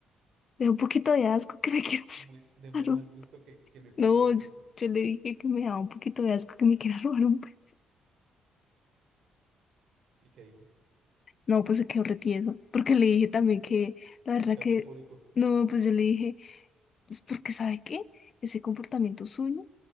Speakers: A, on the left; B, on the right.
A: me da un poquito de asco que me quieras
B: muy, de muy
A: <laughs> robar.
B: mal gusto que, que me pida
A: No,
B: esas
A: yo,
B: cosas.
A: yo le dije que me daba un poquito de asco que me quiera robar un beso.
B: ¿Y qué dijo?
A: No, pues se quedó retieso. Porque le dije también que, la verdad
B: Escarmiento
A: que,
B: público.
A: no, pues yo le dije, pues porque ¿sabe qué? Ese comportamiento suyo,